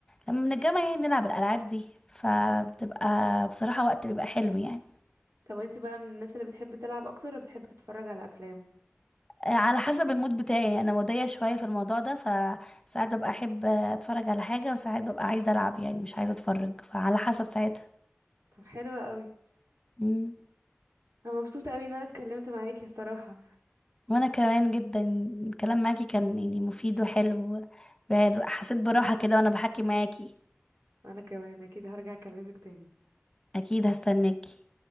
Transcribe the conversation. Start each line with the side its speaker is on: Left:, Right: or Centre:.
Left: لما من الجامعة يعني بنلعب الألعاب دي فبتبقى بصراحة وقت بيبقى حلو يعني
Right: طب انتي بقى من الناس اللي بتحب تلعب اكتر ولا بتحب تتفرج على افلام
Left: آه، على حسب المود بتاعي أنا مودية شوية في الموضوع ده فساعات ببقى أحب أتفرج على حاجة وساعات ببقى عايزة ألعب يعني مش عايزة أتفرج فعلى حسب ساعتها
Right: طب حلوة قوي
Left: مم.
Right: انا مبسوطة قوي ان انا اتكلمت معاكي بصراحة
Left: وأنا كمان جدا الكلام معاكي كان يعني مفيد وحلو حسيت براحة كده وأنا بحكي معاكي
Right: انا كمان اكيد هرجع اكلمك تاني
Left: أكيد هستناكي